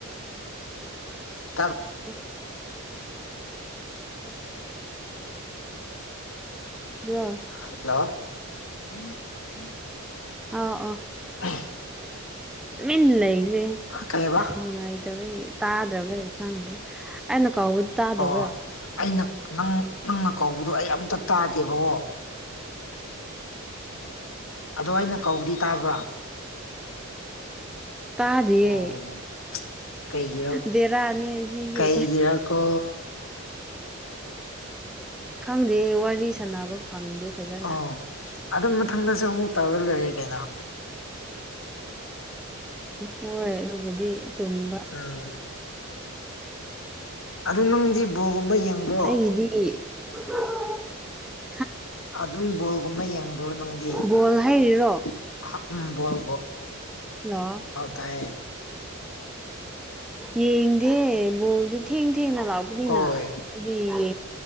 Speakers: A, on the left (about 70°); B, in the centre.
A: ꯇꯥꯕ <inaudible>
B: ꯎ <inaudible> ꯕꯔ‌ꯣ
A: ꯍꯜꯂꯣ <unintelligible>
B: ꯑ ꯑꯣ
A: ꯑ <unintelligible>
B: ꯇꯨꯃꯤꯟ ꯂꯩꯈꯔ‌ꯦ
A: ꯀꯩꯕ
B: ꯅꯨꯡꯉꯥꯏ ꯗꯕꯩ ꯇꯥꯗꯔꯕꯩꯔ ꯈꯪꯗꯦ ꯑꯩꯅ ꯀꯥꯎꯕ ꯇꯥꯗꯕ꯭ꯔꯥ
A: ꯑꯣ ꯑꯩꯅ ꯅꯪ ꯅꯪꯅ ꯀꯧꯕꯗꯨꯣ ꯑꯩ ꯑꯝꯇ ꯇꯥꯗꯦꯕꯀꯣ ꯑꯗꯣ ꯑꯩꯅ ꯀꯧꯕꯗꯤ ꯇꯥꯕ꯭ꯔꯥ
B: ꯇꯥꯗꯤꯦ
A: ꯑꯣ ꯀꯩꯒꯤꯔ
B: ꯗꯦꯔꯥꯅꯤ ꯍ ꯍꯦ
A: ꯀꯩꯒꯤꯔꯀꯣ
B: ꯈꯪꯗꯦ ꯋꯥꯔꯤ ꯁꯥꯟꯅꯕ ꯐꯪꯗꯦ ꯐꯖꯅ
A: ꯑꯣ ꯑꯗꯨꯝ ꯃꯊꯪꯗꯁꯨ ꯑꯃꯨꯛ ꯇꯧꯔ ꯂꯣꯏꯔꯦ ꯀꯩꯅꯣ
B: ꯍꯣꯏ ꯑꯗꯨꯕꯨꯗꯤ ꯇꯨꯝꯕ
A: ꯎꯝ ꯑꯗꯨ ꯅꯪꯗꯤ ꯕꯣꯒꯨꯝꯕ ꯌꯦꯡꯕ꯭ꯔꯣ
B: ꯑꯩꯒꯤꯗꯤ <unintelligible>
A: ꯑꯗꯨꯝ ꯕꯣꯜꯒꯨꯝꯕ ꯌꯦꯡꯕ꯭ꯔꯣ ꯅꯪꯗꯤꯕꯣꯜ
B: ꯕꯣꯜ ꯍꯥꯏꯔꯤꯔꯣ ꯍꯜꯂꯣ
A: ꯇꯥꯦ
B: ꯌꯦꯡꯗꯦ ꯣꯗꯤ ꯊꯦꯡꯗꯤ ꯅ ꯂꯥꯛꯒꯅꯤꯅ
A: ꯍꯣꯏ
B: ꯑꯗꯨꯗꯤ ꯌꯦ